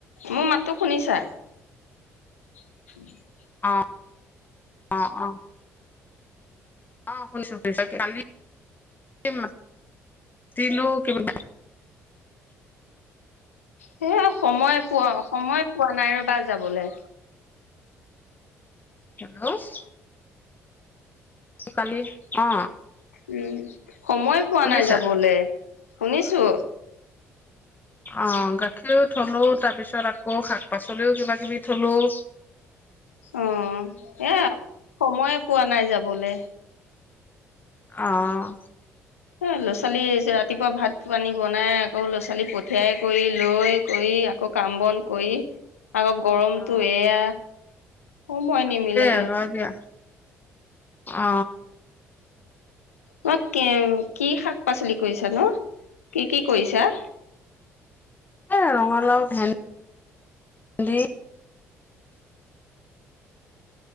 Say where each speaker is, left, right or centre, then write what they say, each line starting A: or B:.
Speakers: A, on the left; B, on the left.
A: মোৰ মাতটো শুনিছা <unintelligible>
B: অ অ অ অ শুনিছোঁ শুনিছোঁ কালি ল দিলোঁ ৰবা
A: সেই সময়ে পোৱা সময়ে পোৱা নাই ৰবা যাবলে
B: হেল্ল' কালি অ
A: উম সময় পোৱা
B: শুনিছা
A: নাই যাবলে শুনিছোঁ
B: অ গাখীৰো থলোঁ তাৰপিছত আকৌ শাক পাচলিও কিবা কিবি থলোঁ
A: অ এ সময়ে পোৱা নাই যাব বোলে
B: আহ
A: এ ল'ৰা ছোৱালী যে ৰাতিপুৱা ভাত পানী বনাই আকৌ ল'ৰা ছোৱালী পঠিয়াই কৰি লৈ কৰি আকৌ কাম বন কৰি আকৌ গৰমটো
B: অ
A: এয়া সময় নিমিলেগে
B: সেয়ে হয় দিয়া অ
A: মই কি কি শাক পাচলি কৰিছা নো কি কি কৰিছা
B: এ ৰঙালাও ভেন্দ ভেন্দি